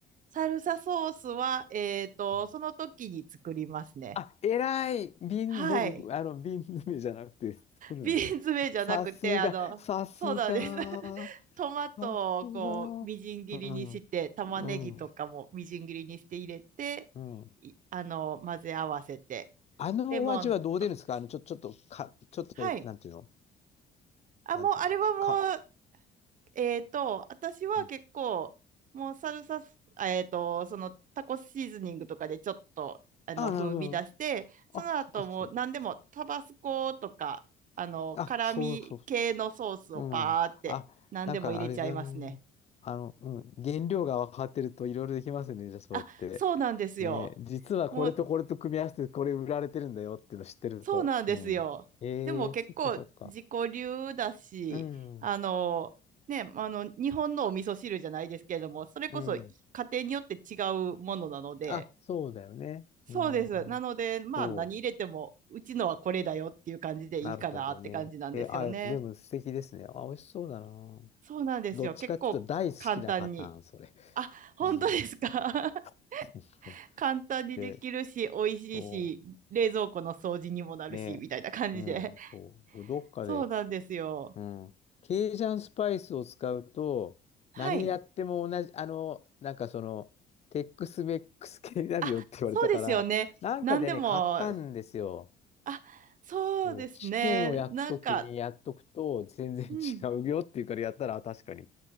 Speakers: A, on the right; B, on the left.
A: サルサソースは、えっと、
B: うん
A: その時に作りますね。
B: あ、偉い、瓶、
A: はい。
B: 僕、あの、瓶詰めじゃなくて作るので、
A: ビーンズめじゃなくて、
B: さすが、
A: あの、
B: さすが、
A: そうなんです。<laughs> トマトをこう、
B: さすが、
A: みじん切りにして、
B: うん、
A: 玉ねぎとかもみじん切りにして入れて、
B: うん、うん。
A: いあの、混ぜ合わせて、
B: あのお味はどう出るんですかあの、
A: レモンと、
B: ちょ、ちょっと、か、ちょっと、
A: はい。
B: なんていうの
A: あ、もう、
B: なんていうか、
A: あれはもう、
B: か、か。
A: えっと、私は結構、
B: うん
A: もうサルサス、あえっと、そのタコシーズニングとかでちょっと、あの、
B: あ、
A: 風味出して、
B: なるほど。
A: その後もう何でもタバスコとか、
B: あ、そっかそっかそっか。
A: あの、
B: あ、
A: 辛味系のソースをパーって何でも入れちゃいますね。
B: そうそううん。あ、なんかあれだね。あの、うん。原料が分かってるといろいろできますね。じゃあそうやって。
A: あ、そうなんですよ。
B: ね。実はこれとこれと組み合わせてこれ売られてるんだよっていうの知ってると。
A: もう、そうなんですよ。
B: うん。ええそっかそっか。
A: でも結構自己流だし、
B: うん。
A: あの、ね、あの、日本のお味噌汁じゃないですけれども、それこそ家庭によって違うものなので、
B: うん。あ、そうだよね。
A: そうです。
B: うん。
A: なので、まあ何入れても、
B: そう。
A: うちのはこれだよっていう感じでいいかなって感じなんですよね。
B: なるほどね。え、あ、でも素敵ですね。あ、美味しそうだな。
A: そうなんですよ。
B: どっちかっていうと大好きなパターン、
A: 結構簡単に。
B: それ。
A: あ、本当ですか
B: うん。
A: <laughs>
B: <laughs> そうそう
A: 簡単にできるし、
B: で、
A: 美味しいし、
B: そう
A: 冷蔵庫の掃除にもなるし、
B: ね、
A: みたいな感じで。
B: うん、そう、どっかで、
A: そうなんですよ。
B: うん、ケイジャンスパイスを使うと、
A: はい。
B: 何やっても同じ、あの、なんかその、テックスメックス系になるよって言われたから、
A: あ、そうですよね。
B: なんかでね、
A: 何でも、
B: 買ったんですよ。
A: あ、そうですね。
B: こうチキンを焼くときにやっとくと全然違うよっていうからやったら、
A: なんか、うん、
B: あ確かに。